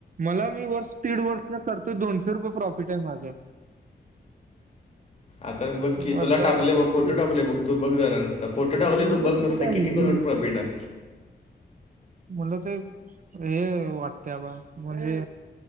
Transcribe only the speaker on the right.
मला मी वर्ष, दीड वर्ष करतोय. दोनशे रुपये प्रॉफिट आहे माझं.
मर्दा
एव-
एवढं
कुठं काय
होईल
मला ते हे वाटतयं अबा, म्हणजे